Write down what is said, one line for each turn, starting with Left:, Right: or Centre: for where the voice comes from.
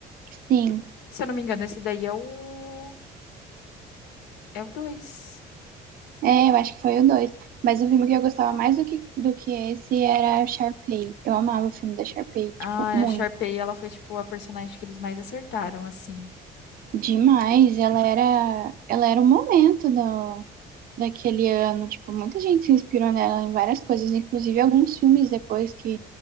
Right: Sim.
Left: Se eu não me engano, esse daí é o. É o dois.
Right: É, eu acho que foi o dois. Mas o filme que eu gostava mais do que, do que esse era o Sharpay. Eu amava o filme da Sharpay,
Left: Ah,
Right: tipo, muito.
Left: a Sharpay, ela foi, tipo, a personagem que eles mais acertaram, assim.
Right: Demais, ela era, ela era o momento do, daquele ano, tipo, muita gente se inspirou nela em várias coisas, inclusive alguns filmes depois que